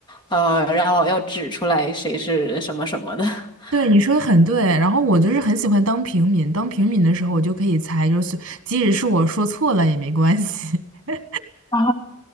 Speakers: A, on the left (about 20°); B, on the right (about 60°).
A: 呃，然后要指出来谁是什么什么的。<laughs>
B: 对，你说的很对。然后我就是很喜欢当平民，当平民的时候我就可以猜，就是即使是我说错了也没关系。<laughs>
A: 啊，